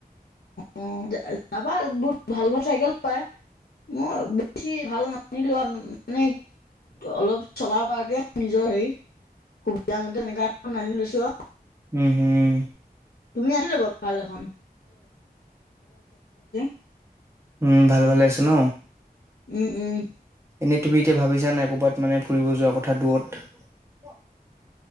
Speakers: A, on the left; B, on the right.
A: <inaudible> ভাল ভাল চাইকেল পায়, মই বেছি ভাল নানিলো আৰু মানে অলপ চলাব পৰাকে নিজৰ হেৰি, সুবিধামতে এনেকুৱা এখন আনি লৈছোঁ আ
B: উম হুম।
A: তুমি আনি লবা ভাল এখন <inaudible>
B: উম ভাল ভালে আছে ন?
A: উম উম!
B: এনেই তুমি এতিয়া ভাবিছা নাই ক'ৰবাত মানে ফুৰিব যোৱাৰ কথা দূৰত?